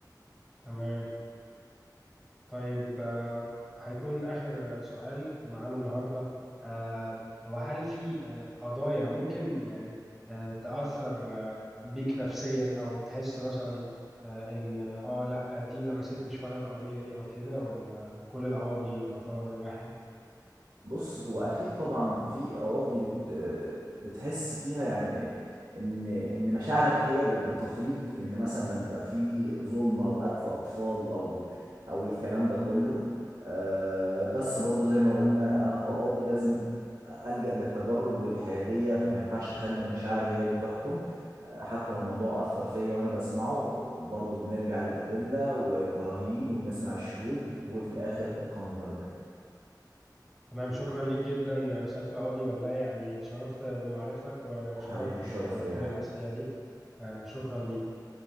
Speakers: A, in the centre; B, on the right (about 70°).
A: تمام طيب آه، هيكون آخر آه، سؤال معانا النهاردة آه، وهل في آه، قضايا ممكن يعني آه، تأثر آه، بيك نفسيا أو تحس مثلا آه، إن آه لأ آه، دي لمستني شوية القضية دي أو كده ولا كل القواضي يعتبر واحد؟
B: بص هو اكيد طبعا في قواضي بت بتحس فيها يعني ان ان مشاعرك هي بت- بتفيض ان مثلا لما يبقى في ظلمه وقتل اطفال او او الكلام ده كله آه، بس برضو زي ما قلنا انا كقاضي لازم ألجأ للتجرد والحياديه فما ينفعش اخلي مشاعري هي اللي تحكم آه، حتى لو الموضوع اثر فيا وانا بسمعه برضو بنرجع للادله والبراهين وبنسمع الشهود وفي الاخر القانون هو اللي بيحكم
A: تمام شكرا ليك جدا آه، سيادة القاضي والله يعني اتشرفت بمعرفتك واتشرفت
B: حبيبي الشرف
A: بكل
B: ليا يا حبيبي
A: الأسئلة دي آه، شكرا ليك